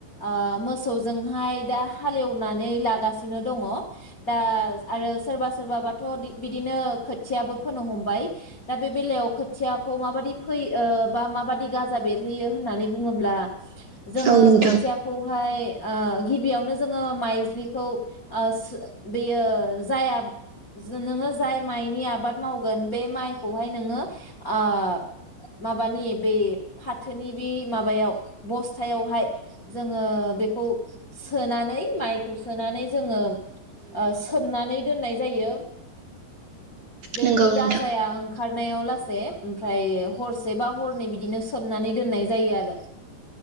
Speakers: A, on the left (about 50°); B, on the right (about 65°).
A: ओ मोसौ जोंहाय दा हालेवनानै लागासिनो दङ दा आरो सोरबा सोरबा बा थ बिदिनो खोथियाबो फोनो हमबाय दा बे बेलायाव खोथियाखौ माबादि फोयो माबादि गाजा बेरहोयो होननानै बुङोब्ला जोङो
B: औ नोंथां
A: खोथियाखौहाय आ गिबि बेयावनो जोङो माइज्लिखौ ओ बेयो जाया जो नोङो जाय माइ नि आबाद मावगोन बे माइखौ हाय नोङो आ माबानि बे फाथोनि बे माबायाव बसथायावहाय जोङो बेखौ सोनानै माइखौ सोनानै जोङो ओम सोमनानै दोननाय जायो बेनि
B: नंगौ औ
A: गाजाया
B: नोंथां
A: ओं खारनायाव लासै ओमफ्राय हरसे से बा हरनै बिदिनो सोबनानै दोननाय जायो आरो